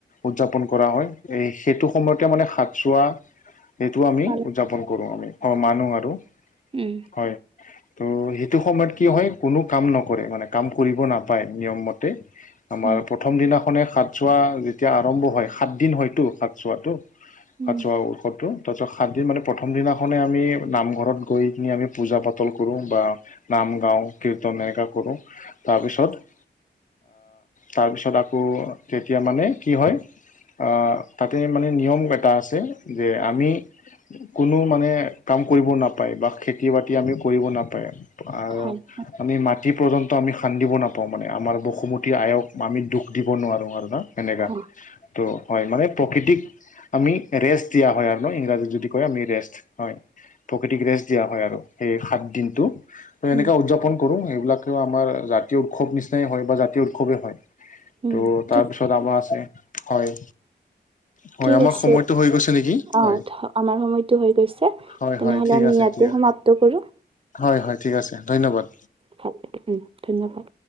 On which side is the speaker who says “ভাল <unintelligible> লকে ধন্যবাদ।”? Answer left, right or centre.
Right